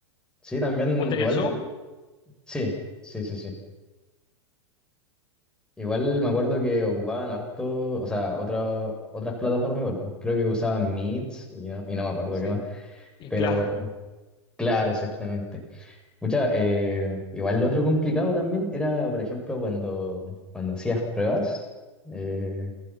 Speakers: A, in the centre; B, on the left.
A: Sí, también,
B: ¿Vos tenías
A: igual,
B: Zoom?
A: sí, sí, sí, sí. Igual me acuerdo que ocupaban harto, o sea, otra, otras plataformas igual, pues, creo que usaban Meet y no, y no me acuerdo
B: Sí.
A: qué más,
B: Y
A: pero
B: Classroom,
A: claro, exactamente. Mucha, eh, igual lo otro complicado también era, por ejemplo, cuando, cuando hacías pruebas. eh,